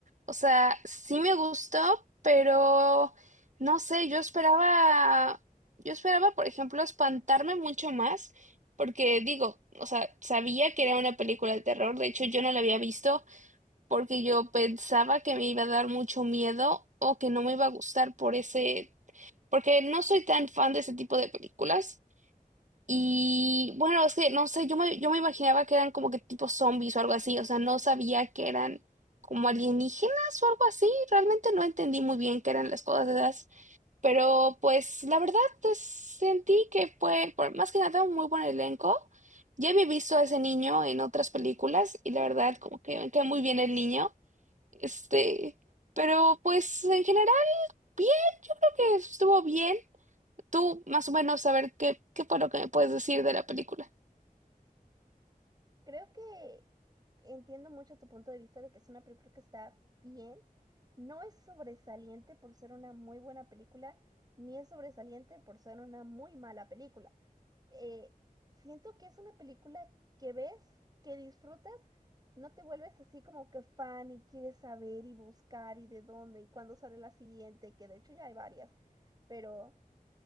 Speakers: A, on the right; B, on the right.
A: O sea, sí me gustó, pero no sé, yo esperaba, yo esperaba, por ejemplo, espantarme mucho más, porque digo, o sea, sabía que era una película de terror, de hecho yo no la había visto porque yo pensaba que me iba a dar mucho miedo o que no me iba a gustar por ese, porque no soy tan fan de ese tipo de películas. Y bueno, es que no sé, yo me, yo me imaginaba que eran como que tipo zombies o algo así, o sea, no sabía que eran como alienígenas o algo así, realmente no entendí muy bien qué eran las cosas esas, pero pues la verdad pues, sentí que fue por- más que nada un muy buen elenco. Ya había visto a ese niño en otras películas y la verdad como que me queda muy bien el niño, este, pero pues en general bien, creo que estuvo bien. Tú más o menos saber qué, qué fue lo que me puedes decir de la película.
B: Creo que entiendo mucho tu punto de vista de que es una película que está bien. No es sobresaliente por ser una muy buena película, ni es sobresaliente por ser una muy mala película. Eh, siento que es una película que ves, que disfrutas, no te vuelves así como que fan y quieres saber y buscar y de dónde y cuándo sale la siguiente, que de hecho ya hay varias, pero